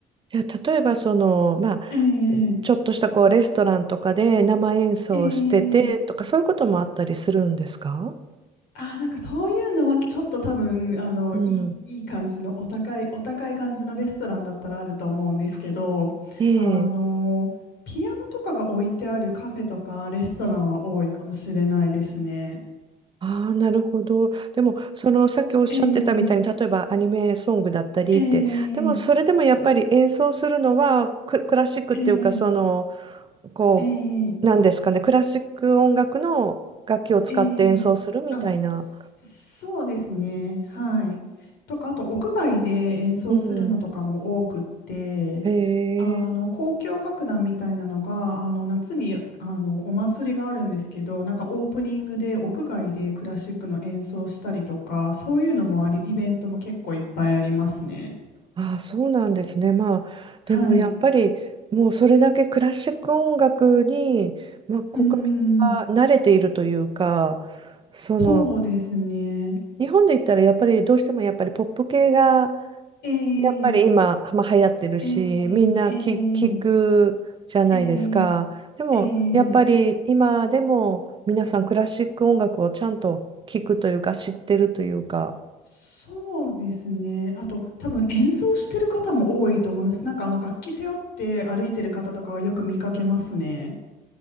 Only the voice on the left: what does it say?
ええ
ええああー、なんかそういうのはちょっと多分、あの、
いい、いい感じのお高い、お高い感じのレストランだったらあると思うんですけど、
あの、ピアノとかが置いてあるカフェとかレストランは多いかもしれないですね。
ええ
ええ
ええ
ええ
ええあ、そうですね。はい。とか、あと屋外で演奏するのとかも多くって、
あの交響楽団みたいなのがあの夏にあのお祭りがあるんですけどなんかオープニングで屋外でクラシックの演奏したりとかそういうのもありイベントも結構いっぱいありますね。
はい。
うーん、
そうですね。
えー、
えー、
えー、えー、
えーそうですね。あと、多分演奏してる方も多いと思います。なんかあの楽器背負って歩いてる方とかはよく見かけますね。